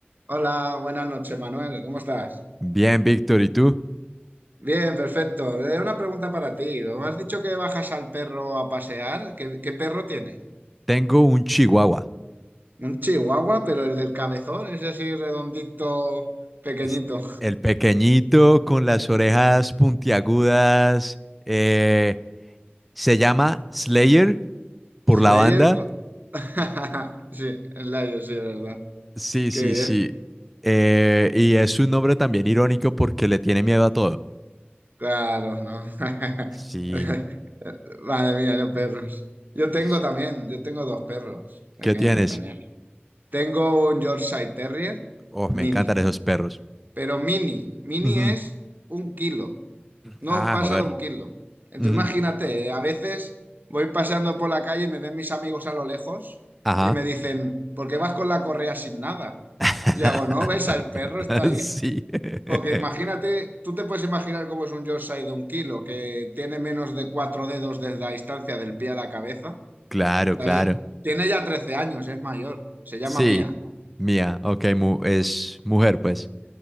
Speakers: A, on the right (about 50°); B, in the centre.
A: Hola, buenas noches, Manuel. ¿Cómo estás?
B: Bien, Víctor, ¿y tú?
A: Bien, perfecto. Eh, una pregunta para ti. Me has dicho que bajas al perro a pasear. ¿Qué, qué perro tienes?
B: Tengo un chihuahua.
A: Un chihuahua, pero el del cabezón, ese así redondito, pequeñito.
B: Es el pequeñito con las orejas puntiagudas. eh, se llama Slayer por
A: Slayer.
B: la banda.
A: co- <laughs> Sí, Slayer, sí, es verdad.
B: Sí,
A: Qué
B: sí,
A: bien.
B: sí. eh, y es un nombre también irónico porque le tiene miedo a todo.
A: Claro, ¿no?
B: Sí.
A: <laughs> Madre mía, los perros. Yo tengo
B: sí.
A: también, yo tengo dos perros pequeños
B: ¿Qué tienes?
A: también. Tengo un Yorkshire Terrier
B: Oh, me
A: mini.
B: encantan esos perros.
A: Pero mini, mini
B: Ujú.
A: es un kilo, no
B: Ah,
A: pasa
B: joder.
A: de un kilo. Entonces
B: Ujú.
A: imagínate, eh, a veces voy paseando por la calle y me ven mis amigos a lo lejos
B: Ajá.
A: y me dicen, ¿por qué vas con la correa sin nada?
B: <laughs>
A: Y hago, no, ves, el perro está ahí.
B: Sí. <laughs>
A: Porque imagínate, tú te puedes imaginar cómo es un Yorkshire de un kilo, que tiene menos de cuatro dedos desde la distancia del pie a la cabeza,
B: Claro,
A: ¿sabes?
B: claro.
A: Tiene ya 13 años, es mayor, se llama
B: Sí,
A: Mía.
B: mía, ok, mu- es mujer, pues.